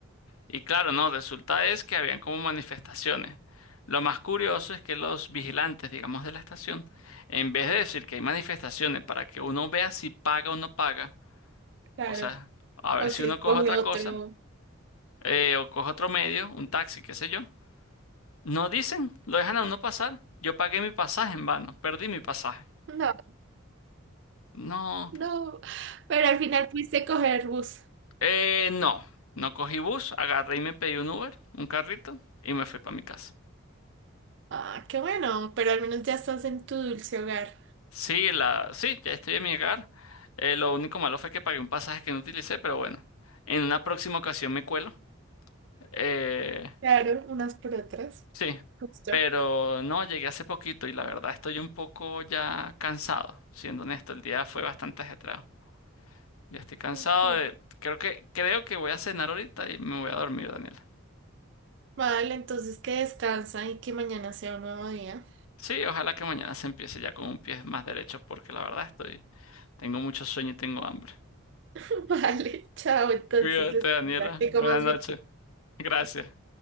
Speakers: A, on the left; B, on the right.
A: Y claro, no, resulta es que habían como manifestaciones. Lo más curioso es que los vigilantes, digamos, de la estación, en vez de decir que hay manifestaciones para que uno vea si paga o no paga,
B: claro.
A: o sea, a ver
B: O si
A: si uno
B: escoge
A: coge otra
B: otro.
A: cosa, eh, o coge otro medio, un taxi, qué sé yo, no dicen, lo dejan a uno pasar. Yo pagué mi pasaje en vano, perdí mi pasaje.
B: No,
A: No,
B: no. Pero al final pudiste coger bus.
A: eh, no, no cogí bus, agarré y me pedí un Uber, un carrito, y me fui para mi casa.
B: Ah, qué bueno. Pero al menos ya estás en tu dulce hogar.
A: Sí, la, sí, ya estoy en mi hogar. Eh, lo único malo fue que pagué un pasaje que no utilicé, pero bueno, en una próxima ocasión me cuelo. Eh,
B: Claro, unas por otras.
A: sí,
B: Justo.
A: pero no, llegué hace poquito y la verdad estoy un poco ya cansado, siendo honesto, el día fue bastante ajetreado. Ya estoy cansado
B: Ok.
A: de- creo que, creo que voy a cenar ahorita y me voy a dormir, Daniela.
B: Vale, entonces que descansa y que mañana sea un nuevo día.
A: Sí, ojalá que mañana se empiece ya con un pie más derecho, porque la verdad estoy, tengo mucho sueño y tengo hambre.
B: <laughs> Vale, chao. Entonces,
A: Cuídate,
B: este,
A: Daniela.
B: ya que
A: Buenas
B: comas
A: noches.
B: bien.
A: Gracias.